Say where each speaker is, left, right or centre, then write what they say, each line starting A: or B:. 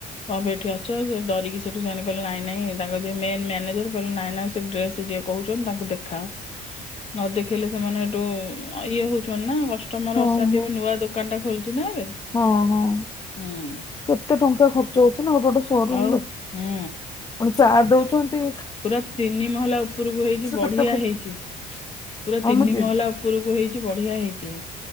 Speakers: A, on the left; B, on the left.
A: ଙ୍କ ପାଇଁ ଏଠି ଅଛ ସେ ଡରିକି ସେଠୁ ସେମାନେ କଇଲେ ନାଇଁ ନାଇଁ ତାଙ୍କ ଯିଏ ମେନ୍ ମ୍ୟାନେଜର କଇଲେ ନାଇଁ ନାଇଁ ସେ ଡ୍ରେସ୍ ଯିଏ କହୁଛନ୍ତି ତାଙ୍କୁ ଦେଖାଅ ନ ଦେଖେଇଲେ ସେମାନେ ଏଠୁ ଇଏ ହଉ ଛନା କଷ୍ଟମର
B: ହଁ
A: ଅସାନ୍ତି
B: ହଁ
A: ହେବେ ନୂଆ ଦୋକାନ ଟା ଖୋଲୁଛି ନା ଏବେ।
B: ହଁ ହଁ।
A: ହୁଁ।
B: କେତେ ଟଙ୍କା ଖର୍ଚ୍ଚ ହଉଚି ନା ଗୋଟେ ଗୋଟେ ସୋ ରୁମ୍
A: ଆଉ
B: ରେ ପୁଣି
A: ହୁଁ
B: ଚାର୍ଜ ଦଉଚନ୍ତି।
A: ପୁରା ତିନି ମହଲା ଉପୁରୁକୁ ହେଇଚି ବଢ଼ିଆ
B: କେତେ ଖର୍ଚ୍ଚ।
A: ହେଇଚି ପୁରା
B: ହଁ
A: ତିନି
B: ମୁଁ ଯିବି
A: ମହଲା ଉପୁରୁକୁ ହେଇଚି ବଢ଼ିଆ ହେଇଚି।